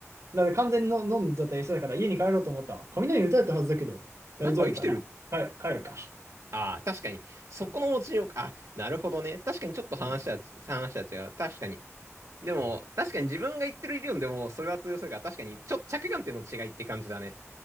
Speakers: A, on the right; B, on the right.
A: う。だって完全にの飲んじゃった一緒だから、家に帰ろうと思ったわ。雷打たれたはずだけど、大丈夫だな。
B: なんか生きてる。
A: 帰、帰るか。
B: ああ、確かに。そこの持ちようか。
A: うん。
B: あ、なるほどね。確かにちょっと話は、
A: うん。
B: 話は違う。確かに。でも、確かに自分が言ってる理論でもそれは通用するから、確かに、ちょ、着眼点の違いって感じだね。